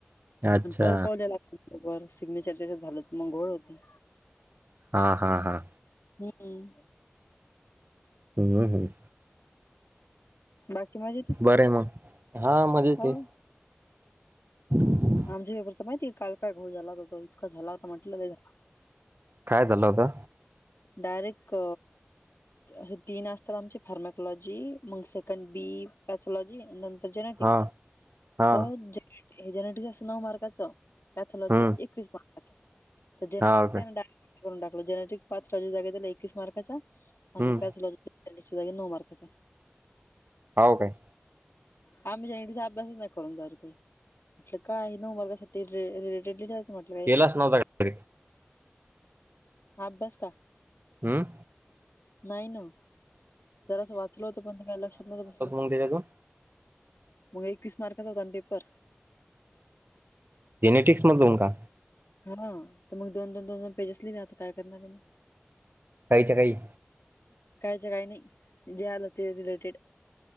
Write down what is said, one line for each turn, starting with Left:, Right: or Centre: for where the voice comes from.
Right: अच्छा
Left: पाऊ पावलेला र सिग्नेचरच्या झालं की मग घोळ होत नहीं.
Right: हा हा हा.
Left: हम्म.
Right: हम्म हम.
Left: बाकी मजेत.
Right: बर मग हा मजेत
Left: हो
Right: ये. ह.
Left: आमच्या वेगर तर माहितीय कल की घोळ झाला होता तो इतकां झाला होता म्हटलं झालं.
Right: काय झालं होतं?
Left: डायरेक्ट. अे तीन असतात आमचे फार्मॅकोलॉजी मग सेकंड बी पॅथलॉजी तर जेनेटिक्स
Right: हा हा
Left: तर ज हे जेनेटिक्स असं नऊ मार्काचं पॅथोलॉजी
Right: हम्म
Left: एकवीस मार्क च तर जेनेटिक्स
Right: हा हो
Left: दे
Right: काय
Left: करून टाकल जेनेटिक् पाचलॉजीच्या जागे त्याला एकवीस मार्काचा
Right: हम्म
Left: आणि पाचलॉजीसच्या जागे नऊ मार्काचा.
Right: हो काय.
Left: हा म् जनेचा अभ्यासच नाही करून जाणार काही म्हटलं काय नऊ मार्कसाठी. म्हटलं, काही
Right: केलाच
Left: पण
Right: नव्हता का
Left: अभ्यास का.
Right: हमम.
Left: नाही ना जरा असं वाचल होतं पण काय लक्षात नव्हतं बसलं.
Right: उदय देतो
Left: मग एकवीस मार्काचा होता आणि पेपर.
Right: जेनेटिक्सध्ये मध्ये जाऊ नका.
Left: हा तर मग दोन दोन दोन पेजेस लिहिले आता काय करणारे मग.
Right: काहीच काही.
Left: कायच काही नाही जे आलं ते रिलेटेड